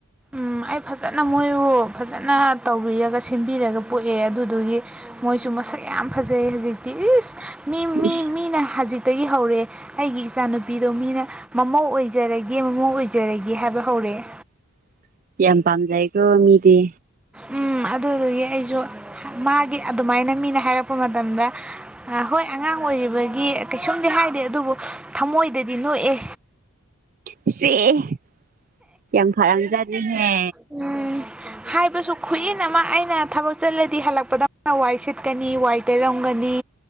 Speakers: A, in the centre; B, on the right (about 35°).
A: ꯎꯝ ꯑꯩ ꯐꯖꯅ ꯃꯣꯏꯕꯨ ꯐꯖꯅ ꯇꯧꯕꯤꯔꯒ ꯁꯦꯝꯕꯤꯔꯒ ꯄꯣꯛꯑꯦ ꯑꯗꯨꯗꯨꯒꯤ ꯃꯣꯏꯁꯨ ꯃꯁꯛ ꯌꯥꯝ ꯐꯖꯩ ꯍꯧꯖꯤꯛꯇꯤ ꯏꯁ ꯃꯤ ꯃꯤ
B: ꯏꯁ
A: ꯃꯤꯅ ꯍꯖꯤꯛꯇꯒꯤ ꯍꯧꯔꯦ ꯑꯩꯒꯤ ꯏꯆꯥꯅꯨꯄꯤꯗꯣ ꯃꯤꯅ ꯃꯃꯧ ꯑꯣꯏꯖꯔꯒꯦ ꯃꯃꯧ ꯑꯣꯏꯖꯔꯒꯦ ꯍꯥꯏꯕ ꯍꯧꯔꯛꯑꯦ
B: <inaudible> ꯌꯥꯝ ꯄꯥꯝꯖꯩꯀꯣ ꯃꯤꯗꯤ
A: ꯎꯝ ꯑꯗꯨꯗꯨꯒꯤ ꯑꯩꯖꯨ ꯃꯥꯒꯤ ꯑꯗꯨꯃꯥꯏꯅ ꯃꯤꯅ ꯍꯥꯏꯔꯛꯄ ꯃꯇꯝꯗ ꯍꯣꯏ ꯑꯉꯥꯡ ꯑꯣꯏꯔꯤꯕꯒꯤ ꯀꯩꯁꯨꯝꯗꯤ ꯍꯥꯏ ꯍꯥꯢꯗꯦ ꯑꯗꯨꯕꯨ ꯊꯃꯣꯏꯗꯗꯤ ꯅꯣꯛꯑꯦ
B: <unintelligible> ꯌꯥꯝ ꯐꯔꯝꯖꯥꯠꯅꯤꯍꯦ
A: ꯎꯝ ꯍꯥꯏꯕꯁꯨ ꯈꯨꯏꯟ ꯑꯃ ꯑꯩꯅ ꯊꯕꯛ ꯆꯠꯂꯗꯤ ꯍꯜꯂꯛꯄꯗꯅ ꯋꯥꯏ ꯁꯤꯠꯀꯅꯤ ꯋꯥꯏ ꯇꯩꯔꯝꯒꯅꯤ